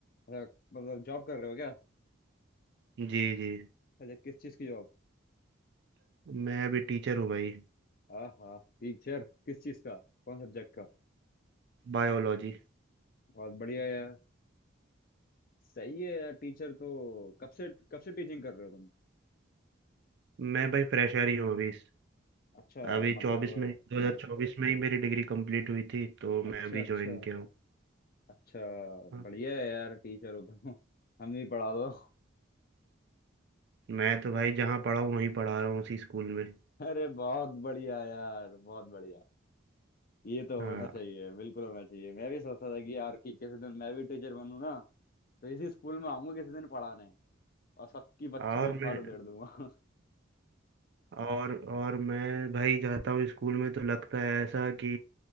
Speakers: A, on the left; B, on the right.
A: अच्छा मतलब जॉब कर रहे हो क्या
B: जी जी
A: अच्छा किस चीज़ की जॉब
B: मैं अभी टीचर हूँ भाई
A: हाँ हाँ टीचर किस चीज़ का कौन सब्जेक्ट का
B: बायोलॉजी
A: बहुत बढ़िया यार सही है यार टीचर तो कब से कब से टीचिंग कर रहे हो तुम
B: मैं भाई फ्रेशर ही हूँ अभी
A: अच्छा
B: अभी
A: मतलब
B: चौबीस में दो हज़ार चौबीस में ही मेरी डिग्री कंप्लीट हुई थी तो
A: अच्छा
B: मैं अभी
A: अच्छा
B: ज्वाइन किया हूँ
A: अच्छा
B: हाँ,
A: बढ़िया है यार टीचर हो तुम <laughs> हम भी पढ़ा दो <laughs>
B: मैं तो भाई जहाँ पढ़ा हूँ वहीं पढ़ा रहा हूँ उसी स्कूल में
A: अरे बहुत बढ़िया यार बहुत बढ़िया ये तो
B: हाँ
A: होना चाहिए बिल्कुल होना चाहिए मैं भी सोचता था कि यार कि किसी दिन मैं भी टीचर बनूं ना तो इसी स्कूल में आऊंगा किसी दिन पढ़ाने और सबकी बच्चों
B: और
A: की खाल
B: मैं
A: उधेड़ दूंगा
B: और और मैं भाई जाता हूँ स्कूल में तो लगता है ऐसा कि